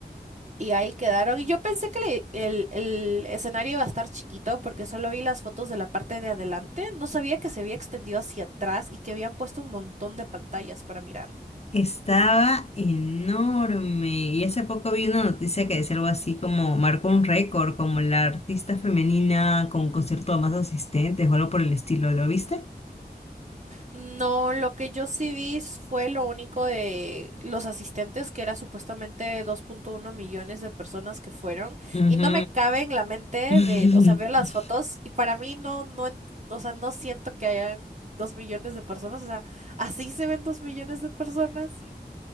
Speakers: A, on the right; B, on the left.
A: Y ahí quedaron. Y yo pensé que le- el, el escenario iba a estar chiquito porque solo vi las fotos de la parte de adelante. No sabía que se había extendido hacia atrás y que habían puesto un montón de pantallas para mirar.
B: Estaba enorme. Y hace poco vi una noticia que decía algo así como marcó un récord, como la artista femenina con un concierto de más asistentes o algo por el estilo. ¿Lo viste?
A: No, lo que yo sí vi s- fue lo único de los asistentes, que era supuestamente dos punto uno millones de personas que fueron.
B: Ujú,
A: Y no me cabe en la mente
B: ujú. <laughs>
A: de, o sea, ver las fotos y para mí no, no, en- o sea, no siento que hayan 2 millones de personas. O sea, ¿así se ven 2 millones de personas?